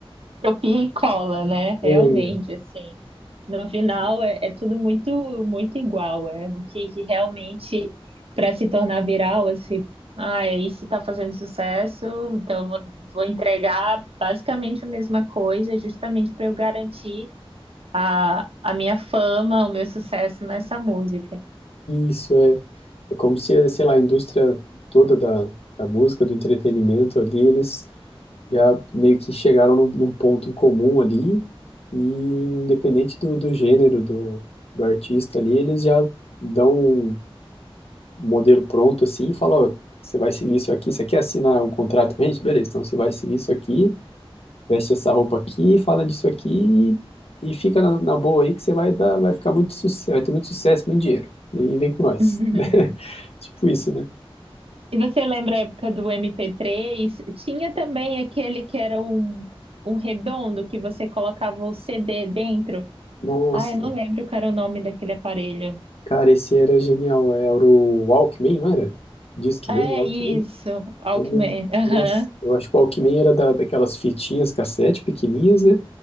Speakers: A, on the right; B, on the left.
A: Copia e cola, né? Realmente,
B: É,
A: assim. No final é, é tudo muito muito igual, é o que, que realmente para se tornar viral, assim, ah, é isso está fazendo sucesso, então eu vou, vou entregar basicamente a mesma coisa, justamente para eu garantir a, a minha fama, o meu sucesso nessa música.
B: Isso é, é como se, sei lá, a indústria toda da, da música, do entretenimento ali, eles já meio que chegaram num, num ponto em comum ali, e independente do, do gênero do, do artista ali, eles já dão um modelo pronto assim e falam, ó, você vai seguir isso aqui, você quer assinar um contrato com a gente? Beleza, então você vai seguir isso aqui, veste essa roupa aqui, fala disso aqui e, e fica na, na boa aí que você vai dar, vai ficar muito sucesso, vai ter muito sucesso, muito dinheiro. E vem com nós.
A: <laughs>
B: <laughs> Tipo isso, né?
A: E você lembra a época do MP3? Tinha também aquele que era um, um redondo que você colocava o CD dentro.
B: Nossa,
A: Ah, eu não lembro qual era o nome daquele aparelho.
B: cara, esse era genial. Era o Walkman, não era? Discman,
A: É
B: Walkman.
A: isso, Walkman.
B: É,
A: Aham.
B: nossa, eu acho que o Walkman era da, daquelas fitinhas cassete pequenininhas, né?